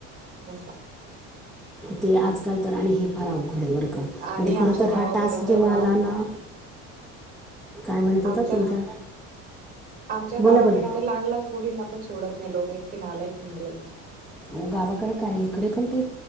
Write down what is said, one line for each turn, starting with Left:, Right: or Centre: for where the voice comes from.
Right: आसा.
Centre: ते आजकाल तर आणि हे फराव म्हणजे
Right: आणि आमच्या
Centre: खर तर
Right: गावाकडे
Centre: हा टास्क
Right: तर
Centre: जेव्हा
Right: बा
Centre: आला ना. काय म्हत होता
Right: आमच्या
Centre: तुमच्या
Right: आमच्या गावाकडे
Centre: बोला बोला
Right: तर लहान लहान पोरीं पण सोडत नाही लोक इतके नालायकन गेलेत.
Centre: हो गावाकडे काय इकडे पण ते